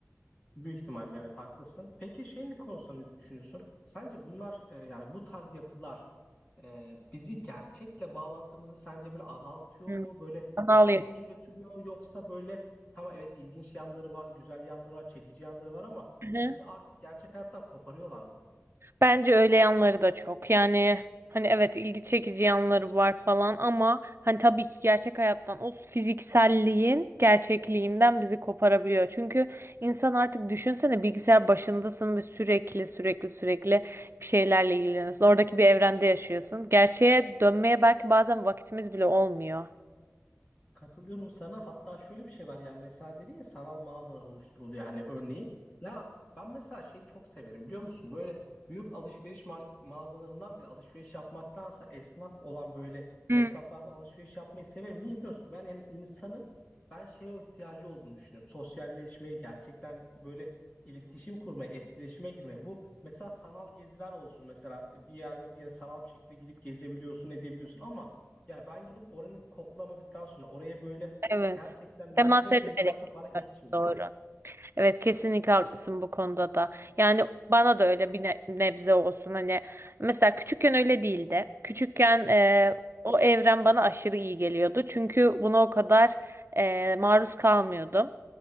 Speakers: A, on the left; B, on the right.
A: Büyük ihtimalle evet haklısın. Peki şeyin konusunda ne düşünüyorsun? Sence bunlar e, yani bu tarz yapılar e, bizi gerçekle bağlantımızı sence böyle azaltıyor
B: Hı.
A: mu? Böyle
B: Anal
A: daha mı iyiye götürüyor yoksa böyle tamam evet ilginç yanları var, güzel yanları var, çekici yanları var ama
B: yemek.
A: bizi artık gerçek hayattan koparıyorlar mı?
B: Bence öyle yanları da çok. Yani hani evet ilgi çekici yanları var falan ama hani tabii ki gerçek hayattan o fizikselliğin gerçekliğinden bizi koparabiliyor. Çünkü insan artık düşünsene bilgisayar başındasın ve sürekli sürekli sürekli bir şeylerle ilgileniyorsun. Oradaki bir evrende yaşıyorsun. Gerçeğe dönmeye belki bazen vakitimiz bile olmuyor.
A: Katılıyorum sana. Hatta şöyle bir şey var yani mesela dedin ya sanal mağazalar oluşturuluyor hani örneğin. Ya ben mesela şeyi çok severim biliyor musun? Böyle büyük alışveriş mar- mağazalarından bile alışveriş yapmaktansa esnaf olan böyle
B: Hmm,
A: esnaflardan alışveriş yapmayı severim. Niye biliyor musun? Ben yani insanın ben şeye o ihtiyacı olduğunu düşünüyorum. Sosyalleşmeye gerçekten böyle iletişim kurmaya, etkileşime girmeye. Bu mesela sanal geziler olsun. Mesela bir yerden bir yere sanal bir şekilde gidip gezebiliyorsun, edebiliyorsun ama ya ben gidip oranı koklamadıktan sonra oraya böyle
B: evet.
A: gerçekten
B: Temas
A: nüfus etmedikten
B: etmedik.
A: sonra bana geçmiyor.
B: Doğru. Evet kesinlikle haklısın bu konuda da. Yani bana da öyle bir ne- nebze olsun hani mesela küçükken öyle değildi. Küçükken e, o evren bana aşırı iyi geliyordu. Çünkü buna o kadar e, maruz kalmıyordum.